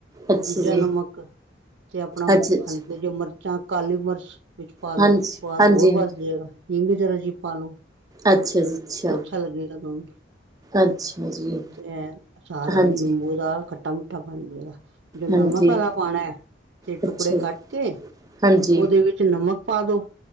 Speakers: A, on the right (about 20°); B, on the right (about 65°).
A: ਅੱਛਾ
B: ਦੂਜਾ
A: ਜੀ
B: ਨਮਕ ਤੇ ਆਪਣਾ
A: ਅੱਛਾ ਅੱਛਾ
B: ਹਲ ਇਹ ਜੋ ਮਿਰਚਾਂ ਕਾਲੀ ਮਿਰਚ ਵਿੱਚ ਪਾ ਲਉ
A: ਹਾਂਜੀ
B: ਸਵਾਦ
A: ਹਾਂਜੀ
B: ਹੋਰ
A: ਹਾਂਜੀ
B: ਵੱਧ ਜਾਏਗਾ ਹਿੰਗ ਜਰਾ ਜੀ ਪਾ ਲਉ।
A: ਅੱਛਾ ਜੀ ਅੱਛਾ।
B: ਹਲਕਾ ਲੱਗੇਗਾ ਤੁਹਾਨੂੰ
A: ਅੱਛਾ ਜੀ
B: ਤੇ ਐ ਸਾਰਾ
A: ਹਾਂਜੀ
B: ਨਿੰਬੂ ਦਾ ਕੱ ਖਟਾ ਮਿੱਠਾ ਬਣ ਜੇਗਾ। ਜੋ ਨਮਕ
A: ਹਾਂਜੀ
B: ਵਾਲਾ ਪਾਉਣਾ, ਤੇ
A: ਅੱਛਾ
B: ਟੁਕੜੇ ਕੱਟ ਕੇ
A: ਹਾਂਜੀ,
B: ਉਹਦੇ ਵਿੱਚ। ਵਿੱਚ ਨਮਕ ਪਾ ਦੋ,